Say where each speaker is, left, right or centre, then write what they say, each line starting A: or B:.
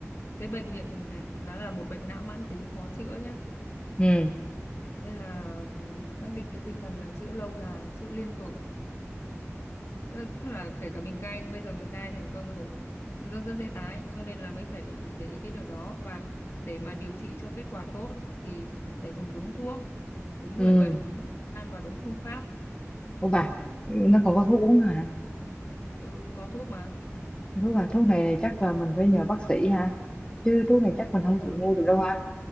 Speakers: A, on the left (about 55°); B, on the left (about 20°).
A: cái bệnh nghiện này nó là một bệnh não mãn tính khó chữa nhá
B: ừ
A: nên là ừm, xác định cái tinh thần là chữa lâu dài chữa liên tục tức, tức là kể cả mình cai bây giờ mình cai thành công rồi nhưng rất rất dễ tái cho nên là mới phải để ý cái điều đó và để mà điều trị cho kết quả tốt thì phải dùng đúng thuốc đúng
B: ừ
A: người bệnh đúng thời gian và đúng phương pháp
B: ô bà nó còn có thuốc uống nữa hả
A: ừ có thuốc mà
B: thuốc à thuốc này chắc là mình phải nhờ bác sĩ ha chứ thuốc này chắc
A: đúng
B: mình không
A: rồi
B: tự mua được đâu ha